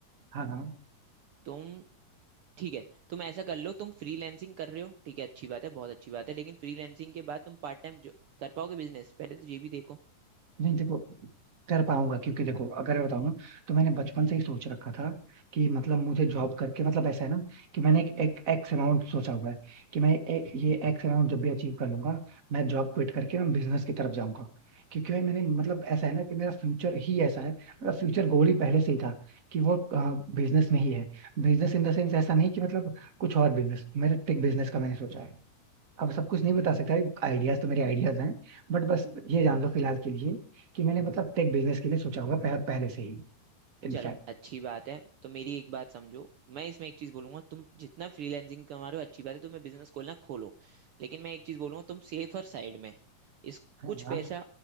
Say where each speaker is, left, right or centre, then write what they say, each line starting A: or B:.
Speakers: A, on the right (about 35°); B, on the right (about 75°).
A: हाँ हाँ
B: तुम ठीक है तुम ऐसा कर लो तुम फ्रीलैंसिंग कर रहे हो ठीक है अच्छी बात है बहुत अच्छी बात है लेकिन फ्रीलैंसिंग के बाद तुम पार्ट टाइम कर पाओगे बिजनेस पहले तो ये भी देखो
A: नहीं देखो कर पाऊंगा क्योंकि देखो अगर मैं बताऊं ना तो मैंने बचपन से ही सोच रखा था कि मतलब मुझे जॉब करके मतलब ऐसा है ना कि मैंने एक एक एक्स अमाउंट सोचा हुआ है कि मैं एक ये एक्स अमाउंट जब भी अचीव कर लूंगा मैं जॉब क्विट करके मैं बिजनेस की तरफ जाऊंगा क्योंकि भाई मैंने मतलब ऐसा है ना कि मेरा फ्यूचर ही ऐसा है मेरा फ्यूचर गोल ही पहले से ही था कि वो बिजनेस में ही है बिजनेस इन द सेंस ऐसा नहीं कि मतलब कुछ और बिजनेस मेरा टेक बिजनेस का मैंने सोचा है अब सब कुछ नहीं बता सकता आइडियाज तो मेरे आइडियाज हैं बट बस ये जान लो फिलहाल के लिए कि मैंने मतलब टेक बिजनेस के लिए सोचा होगा पह, पहले से ही इनफैक्ट
B: चलो अच्छी बात है तो मेरी एक बात समझो मैं इसमें एक चीज बोलूंगा तुम जितना फ्रीलैंसिंग कमा रहे हो अच्छी बात है तुम्हें बिजनेस खोलना खोलो लेकिन मैं एक चीज बोलूंगा तुम सेफर साइड में इस
A: हाँ
B: कुछ
A: हाँ,
B: पैसा